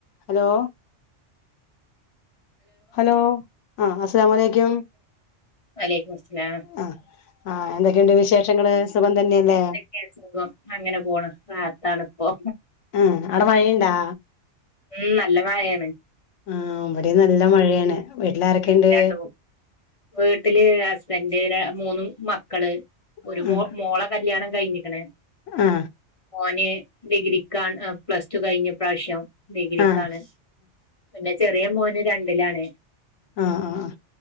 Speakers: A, on the left; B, on the left.
A: Hello hello ആഹ് അസലാമുഅലൈക്കും
B: വലൈക്കും മുസ്സലാം
A: ആഹ് ആഹ് എന്തൊക്കെയുണ്ട് വിശേഷങ്ങള് സുഖം തന്നെയല്ലേ
B: എന്തെക്കെ സുഖം, അങ്ങനെ പോണ് റാത്താണ്പ്പൊ
A: ആഹ് അവ്ട മഴയ്ണ്ടാ?
B: ഉം നല്ല മഴേണ്.
A: ആഹ് ഇവിടേം നല്ല മഴയാണ് വീട്ടിൽ ആാരൊക്കെയ്ണ്ട്?
B: ഉം രണ്ട് മൂ വീട്ടില് ഹസ്ബന്ഡ്, ര മൂന്ന് മക്കള്
A: ആ
B: ഒരു മൊ മോള കല്യാണം കയിഞ്ക്കണ്,
A: ആ
B: മോന് ഡിഗ്രിക്കാ അഹ് പ്ലസ്റ്റു കയിഞ്ഞിപ്രാശ്യം ഡിഗ്രിക്കാണ്
A: ആ
B: പിന്നെ ചെറിയ മോന് രണ്ടിലാണ്
A: ആഹ് ആഹ് അഹ്